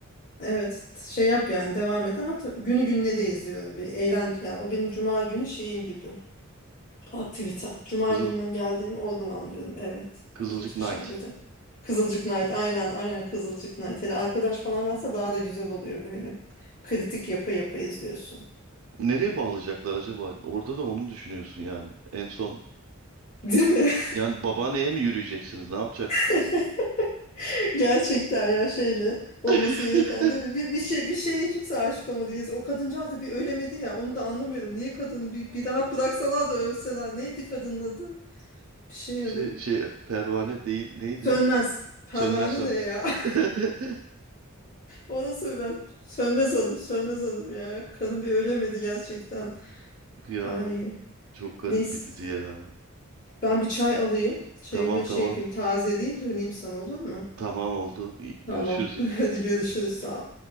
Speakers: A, on the left; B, on the right.
A: Evet şey yap yani devam et ama ta- günü gününe de izliyorum. Bir eğlen ya o benim cuma günü şeyim gibi. Aktivite. Cuma
B: Kızıl
A: gününden geldiğini oradan anlıyorum. Evet.
B: Kızılcık
A: Kızılcık
B: Knight.
A: şerbeti. Kızılcık Night. Aynen aynen Kızılcık Night. Hele arkadaş falan varsa daha da güzel oluyor böyle. Kritik yapı yapı izliyorsun.
B: Nereye bağlayacaklar acaba? Orada da onu düşünüyorsun yani. En son
A: Değil mi?
B: yani babaanneye mi yürüyeceksiniz? Ne yapacaksınız?
A: <laughs> Gerçekten ya şeyle olması
B: <laughs>
A: gereken değil mi? Bir, bir şey bir şeye kimse aşık olmadı. Yazı. O kadıncağız da bir ölemedi ya. Onu da anlamıyorum. Niye kadını bir, bir rahat bıraksalar da ölseler. Neydi kadının adı? Bir şey
B: Şey
A: adı.
B: şey pervane değil neydi?
A: Sönmez. Pervane
B: Sönmez sönmez.
A: ne ya? <laughs>
B: <laughs>
A: O nasıl ben? Sönmez hanım, sönmez hanım ya. Kadın bir ölemedi gerçekten.
B: Ya
A: Ay
B: çok garip
A: neyse.
B: bir dizi ya.
A: Ben bir çay alayım. Çayımı
B: Tamam tamam.
A: şey yapayım, tazeleyeyim, döneyim sana olur mu?
B: Tamam oldu. İyi, Görüşürüz
A: Tamam.
B: yine.
A: <laughs> Hadi görüşürüz. Sağ ol.